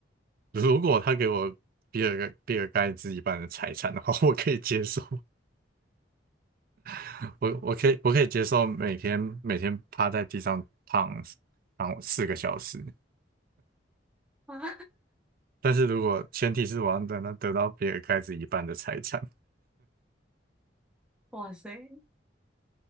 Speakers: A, on the right; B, in the centre.
A: 如果他给我比尔盖比尔盖茨一半的财产的话，我可以接受，<laughs> 我我可以我可以接受每天每天趴在地上躺躺四个小时。
B: 吗？
A: 但是如果前提是我要等他得到比尔盖茨一半的财产，
B: <laughs> 哇塞！